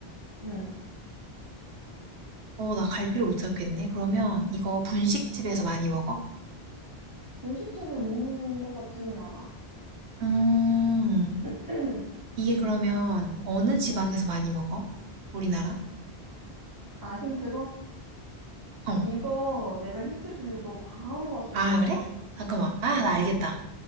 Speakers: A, on the right; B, on the right.
A: 응.
B: 어, 나 갈피를 못 찾겠네. 그러면 이거 분식집에서 많이 먹어?
A: 분식집에서 먹는 것 같지는 않아.
B: 음,
A: <clears throat>
B: 이게 그러면 어느 지방에서
A: 응.
B: 많이 먹어? 우리나라?
A: 아, 힌트로?
B: 어.
A: 이거 내가 힌트 주면 너 바로 맞출
B: 아,
A: 것
B: 그래?
A: 같아.
B: 잠깐만. 아,
A: 어,
B: 나 알겠다.